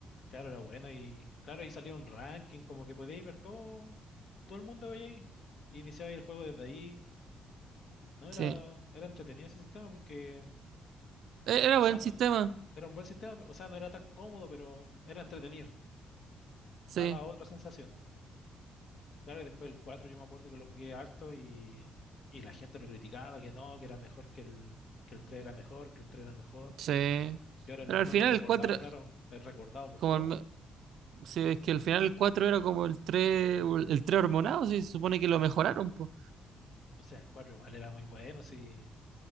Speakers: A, on the left; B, on the right.
A: Claro, era bueno y claro, ahí salía un ranking, como que podíais ver todo, todo el mundo veía ahí. Y iniciaba el juego desde ahí. No era,
B: Sí.
A: era entretenido ese sistema porque,
B: E- Era
A: o
B: buen
A: sea, no,
B: sistema.
A: era un buen sistema, o sea, no era tan cómodo, pero era entretenido.
B: Sí,
A: Daba otra sensación. Claro, y después el 4 yo me acuerdo que lo jugué harto y, y la gente lo criticaba, que no, que era mejor que el, que el 3 era mejor, que el 3 era mejor.
B: sí.
A: Y ahora el
B: Pero al
A: 4
B: final
A: es recordado,
B: el cuatro
A: claro, es recordado por
B: como
A: todo.
B: el me- sí, es que al final el cuatro era como el tres el tres hormonado, sí, se supone que lo mejoraron, pues.
A: O sea, el 4 igual era muy bueno, sí